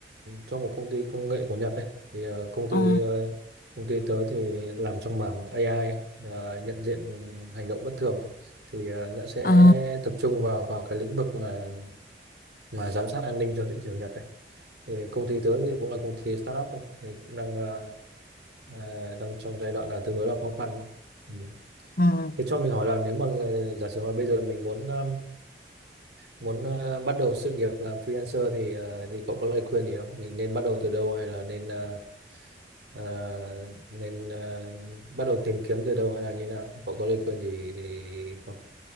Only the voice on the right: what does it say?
cho một công ty công nghệ của Nhật đấy. Thì ờ, công ty
ờ, công ty tớ thì làm trong mảng AI ấy, ờ, nhận diện hành động bất thường ấy. Thì ờ, nó sẽ
tập trung vào vào cái lĩnh vực mà mà giám sát an ninh cho thị trường Nhật đấy. Thì công ty tớ thì cũng là công ty startup thôi, thì cũng đang ờ, ờ, đang trong giai đoạn là tương đối là khó khăn ấy. Ừ.
Thế cho mình hỏi là nếu mà ờ, giả sử mà bây giờ mình muốn ờ, muốn ờ, bắt đầu sự nghiệp làm freelancer thì ờ, thì cậu có lời khuyên gì không? Mình nên bắt đầu từ đâu hay là nên ờ, ờ, nên ờ, bắt đầu tìm kiếm từ đâu hay là như nào? Cậu có lời khuyên gì thì không?